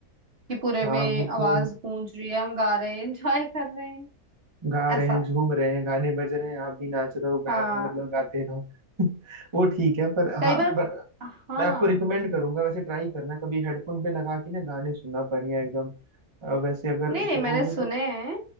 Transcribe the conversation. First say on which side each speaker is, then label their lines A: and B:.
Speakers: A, on the right; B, on the right.
A: कि पूरे
B: हाँ
A: में
B: वो तो
A: आवाज गूंज रही है हम गा रहे हैं एंजॉय कर रहे हैं
B: गा रहे
A: ऐसा
B: हैं झूम रहे हैं गाने बज रहे हैं आप भी नाच रहे हो गा
A: हाँ
B: मतलब गाते रहो <laughs> वो ठीक है पर
A: कई
B: हाँ
A: बार
B: पर
A: हाँ
B: मैं आपको रिकमेंड करूंगा वैसे ट्राई करना कभी हेडफोन पे लगा के ना गाने सुनना बढ़िया एकदम अ, वैसे अगर
A: नहीं
B: सुनोगे
A: नहीं मैंने सुने
B: तो
A: हैं